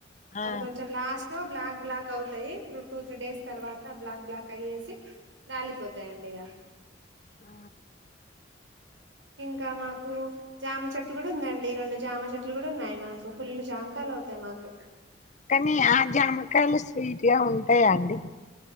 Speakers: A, on the left; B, on the right.
A: ఆ
B: అది కొంచెం లాస్ బ్లాక్‌ బ్లాక్ అవుయి త్రూ టూ త్రీ. తర్వాత బ్లక్ బ్లక్ కయేసి రాలిపోతాయండి ఇక
A: ఆ
B: ఇంకా మాకు జామ చెట్టులు కూడా ఉందండి రెండు జామ చెట్లు కూడా ఉన్నాయి మాకు ఫుల్లు జామకాలు అవుతాయి మాకు.
A: కనీ ఆ జమ కాయలు స్వీట్ గా ఉంటాయా అండి